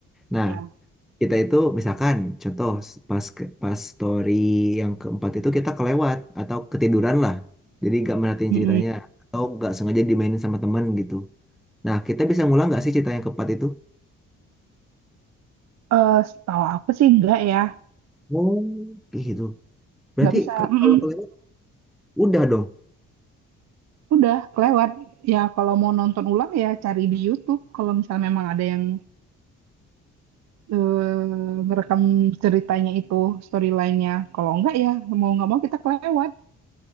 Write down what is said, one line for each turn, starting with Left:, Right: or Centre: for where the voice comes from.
Centre: Nah,
Right: Ya.
Centre: kita itu misalkan contoh s- pas ke- pas story yang keempat itu kita kelewat atau ketiduran lah. Jadi gak merhatiin
Right: Mm-mm.
Centre: ceritanya atau gak sengaja dimainin sama temen gitu. Nah, kita bisa ngulang gak sih cerita yang keempat itu?
Right: Eh, setahu aku sih enggak ya.
Centre: Oh, gitu. Berarti
Right: Nggak bisa.
Centre: kalau
Right: Mm-mm.
Centre: kalau kelewat udah dong.
Right: Udah kelewat. Ya kalau mau nonton ulang ya cari di YouTube. Kalau misalnya memang ada yang eh, ngerekam ceritanya itu storyline-nya. Kalau enggak ya mau nggak mau kita kelewat.